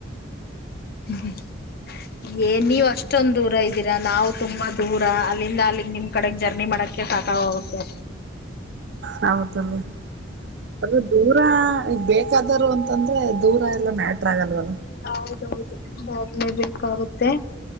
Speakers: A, on the left; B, on the right.
A: ಹ್ಮ್ ಏ ನೀವ್ ಅಷ್ಟೊಂದ್ ದೂರ ಇದ್ದೀರಾ ನಾವು ತುಂಬಾ ದೂರ ಅಲ್ಲಿಂದ ಅಲ್ಲಿಗ್ ನಿಮ್ ಕಡೆಗ್ ಜರ್ನಿ ಮಾಡಕ್ ಸಾಕಾಗಿ ಹೋಗುತ್ತೆ
B: ಹೌದಲ್ಲ ಅದು ದೂರ ಈಗ ಬೇಕಾದರು ಅಂತಂದ್ರೆ ದೂರ ಎಲ್ಲ ಮ್ಯಾಟ್ರ ಆಗಲ್ವಲ್ಲ
A: ಹೌದೌದು ಹೋಗಲೇ ಬೇಕಾಗುತ್ತೆ